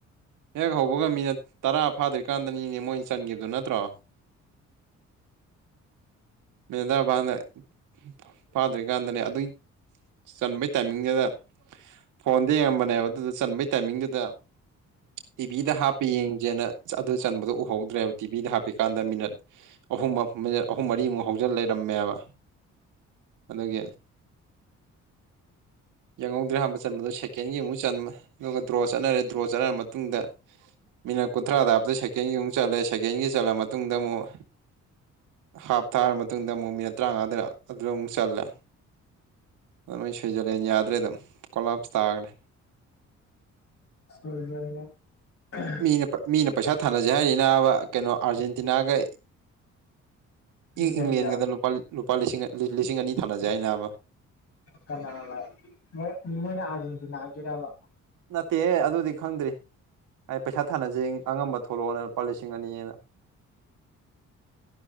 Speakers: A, on the right; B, on the left.
A: ꯍꯦꯛ ꯍꯧꯕꯒ ꯃꯤꯅꯠ ꯇꯔꯥ ꯐꯥꯗ꯭ꯔꯤꯀꯥꯟꯗꯅꯤꯅꯦ ꯃꯣꯏꯅ ꯆꯟꯒꯤꯕꯗꯨ ꯅꯠꯇ꯭ꯔꯣ ꯃꯦꯗꯥ ꯕꯥꯅ‌ꯥ ꯐ ꯐꯥꯗ꯭ꯔꯤꯀꯥꯟꯗꯅꯦ ꯑꯗꯨꯏ ꯆꯟꯕꯩ ꯇꯥꯏꯃꯤꯡꯗꯨꯗ ꯐꯣꯟꯗ ꯌꯦꯡꯉꯝꯕꯅꯦꯕ ꯑꯗꯨꯗꯣ ꯆꯟꯕꯩ ꯇꯥꯏꯃꯤꯡꯗꯨꯗ ꯇꯤꯚꯤꯗ ꯍꯥꯞꯄ ꯌꯦꯡꯖꯦꯅ ꯑꯗꯨ ꯆꯟꯕꯗꯣ ꯎꯍꯧꯗ꯭ꯔꯦꯕ ꯇꯤꯚꯤꯗ ꯍꯥꯞꯄꯤꯀꯥꯟꯗ ꯃꯤꯅꯠ ꯑꯍꯨꯝ ꯃꯝ ꯃꯤꯅꯤꯠ ꯑꯍꯨꯝ ꯃꯔꯤꯃꯨꯛ ꯍꯧꯖꯤꯜ ꯂꯩꯔꯝꯃꯦꯕ ꯑꯗꯨꯒꯤ ꯌꯦꯡꯍꯧꯗ꯭ꯔꯦ ꯑꯍꯥꯥꯝꯕ ꯆꯟꯕꯗ‌ꯣ ꯁꯦꯀꯦꯟꯒꯤ ꯑꯃꯨꯛ ꯆꯟꯕ ꯑꯗꯨꯒ ꯗ꯭ꯔꯣ ꯆꯠꯅꯔꯦ ꯗ꯭ꯔꯣ ꯆꯠꯅꯔ ꯃ ꯇꯨꯡꯗ ꯃꯤꯅꯠ ꯀꯨꯟꯊ꯭ꯔꯥꯗ ꯍꯥꯕꯗ ꯁꯦꯀꯦꯟꯒꯤ ꯑꯃꯨꯛ ꯆꯜꯂꯦ ꯁꯦꯀꯦꯟꯒꯤ ꯆꯜꯂ ꯃꯇꯨꯡꯗ ꯑꯃꯨꯛ ꯍꯥꯞ ꯊꯥꯔ ꯃꯇꯨꯡꯗ ꯑꯃꯨꯛ ꯃꯤꯅꯠ ꯇꯔꯥꯉꯥ ꯗꯔ ꯑꯗꯨꯗ ꯑꯃꯨꯛ ꯆꯜꯂꯦ ꯑꯗꯨ ꯃꯣꯢ ꯁ꯭ꯋꯤꯖꯔꯂꯦꯟ ꯌꯥꯗ꯭ꯔꯦ ꯑꯗꯨꯝ ꯀꯣꯂꯥꯞꯁ ꯇꯥꯒ꯭ꯔꯦ
B: ꯁ꯭ꯋꯤꯖꯔꯂ‌ꯦ <unintelligible>
A: ꯃꯤꯅ ꯃꯤꯅ ꯄꯩꯁꯥ ꯊꯥꯅꯖꯦ ꯍꯥꯏꯔꯤꯅꯦ ꯅꯥꯕ ꯀꯩꯅꯣ ꯑꯥꯔꯖꯦꯟꯇꯤꯅꯥꯒ
B: ꯏꯪꯂꯦꯟꯒ
A: ꯢꯪ ꯏꯪꯂꯦꯟꯒꯗ ꯂꯨꯄꯥ ꯂꯨꯄꯥ ꯂꯤꯁꯤꯡ ꯂꯤꯁꯤꯡ ꯑꯅꯤ ꯊꯥꯅꯖꯦ ꯍꯥꯏ ꯅꯥꯕ
B: ꯀꯥꯅꯅ‌ꯣ ꯃꯣꯢ ꯃꯣꯏꯅ ꯑꯥꯔꯖꯦꯟꯇꯤꯅꯥꯒꯤꯔꯕ
A: ꯅꯠꯇꯦꯍꯦ ꯑꯗꯨꯗꯤ ꯈꯪꯗ꯭ꯔꯤ ꯑꯩ ꯄꯩꯁꯥ ꯊꯥꯅꯖ‌ꯦ ꯑꯉꯝꯕ ꯊꯣꯛꯂꯑꯣꯅ ꯂꯨꯄꯥ ꯂꯤꯁꯤꯡ ꯑꯅꯤ ꯑꯥꯅ